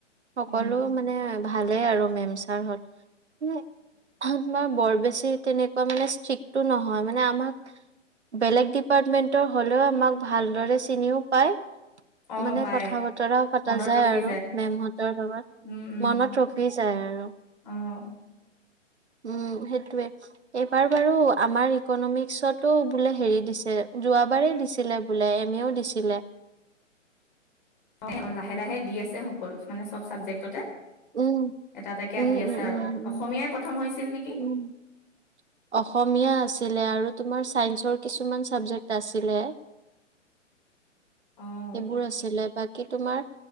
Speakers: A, on the right (about 60°); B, on the left (about 40°).
A: সকলো
B: উম,
A: মানে ভালেই আৰু মেম ছাৰ হঁত উম তোমাৰ বৰ বেছি তেনেকুৱা মানে ষ্ট্ৰিক্টো নহয় মানে আমাক বেলেগ ডিপাৰ্টমেন্টৰ হ'লেও আমাক ভালদৰে চিনিও পায়
B: অ',
A: মানে
B: পায়
A: কথা বতৰাও পাতা
B: মনত
A: যায়
B: ৰখি
A: আৰু মেমহঁতৰ লগত
B: উম, উম,
A: মনত ৰখি যায় আৰু।
B: অ',
A: উম, সেইটোৱে এইবাৰ বাৰু আমাৰ ইকনমিক্সতো বোলে হেৰি দিছে, যোৱাবাৰেই দিছিলে বোলে, এম এ ও দিছিলে।
B: অ লাহে লাহে দি আছে সকলো মানে, চব চাবজেক্ট তে।
A: উম,
B: এটা এটাকে
A: উম,
B: আহি আছে
A: উম, উম,
B: আৰু। অসমীয়াই
A: উম,
B: প্ৰথম হৈছিল নেকি?
A: উম। অসমীয়া আছিলে আৰু তোমাৰ চাইন্সৰ কিছুমান চাবজেক্ট আছিলে।
B: অ',
A: সেইবোৰ আছিলে। বাকী তোমাৰ